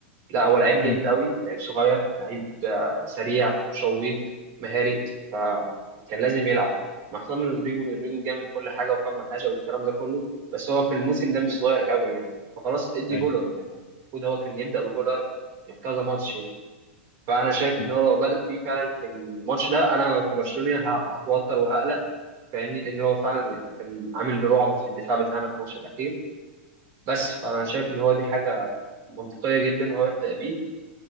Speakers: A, on the right (about 45°); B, on the left (about 60°).
A: لا هو لعيب جامد
B: امم
A: قوي لعيب صغير لعيب آه، سريع شويط مهاري فكان لازم يلعب مع حسام رودريجو رودريجو جامد كل حاجه وفهم حاجه والكلام ده كله بس هو في الموسم ده مش صغير قوي يعني فخلاص ادي
B: ايوه
A: جولر يعني المفروض هو كان يبدا بجولر في كذا ماتش يعني فانا شايف
B: مم.
A: ان هو لو بدا بيه فعلا في الماتش ده انا كبرشلوني ه- هتوتر وهقلق فاهمني لان هو فعلا يعني كان عامل رعب في الدفاع بتاعنا في الماتش الاخير بس فانا شايف ان هو دي حاجه منطقيه جدا هو يبدا بيه